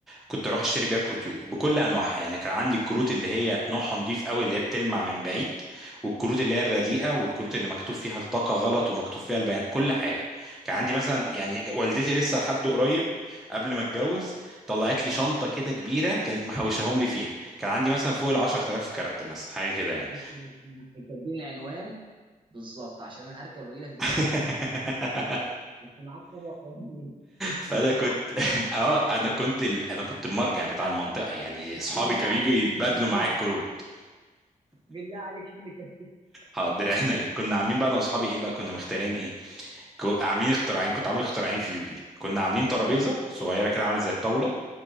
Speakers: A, in the centre; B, on the right.
A: كنت اروح اشتري بيها كروت يوجي بكل انواعها يعني كان عندي الكروت اللي هي نوعها نضيف قوي اللي هي بتلمع من بعيد والكروت اللي هي الرديئه والكروت اللي مكتوب فيها الطاقه غلط ومكتوب فيها البيان كل حاجه كان عندي مثلا يعني والدتي لسه لحد قريب قبل ما اتجوز طلعت لي شنطه كده كبيره كانت محوشاهم لي فيها كان عندي مثلا فوق ال 10000 كارت مثلا حاجه كده يعني
B: بص، انت أنت اديني عنوان بالظبط عشان انا هركب واجي لك دلوقتي
A: <laughs>
B: والكروت دي بتبقى شبه- انت معاك ثروه قوميه
A: فانا
B: انت معاك
A: كنت
B: ثروه
A: <laughs>
B: قوميه
A: اه انا
B: كده
A: كنت ال... انا كنت المرجع بتاع المنطقه يعني اصحابي
B: بالله
A: كانوا
B: عليك
A: بيجوا يتبادلوا
B: شيل لي
A: معايا
B: فلوس
A: الكروت
B: بالله عليك شيل لي كده
A: حاضر عينيا كنا عاملين بقى انا واصحابي ايه بقى كنا مختارين ايه ك... عاملين اختراعين كنت عامل اختراعين في يوجي دي كنا عاملين ترابيزه صغيره كده عامله زي الطاوله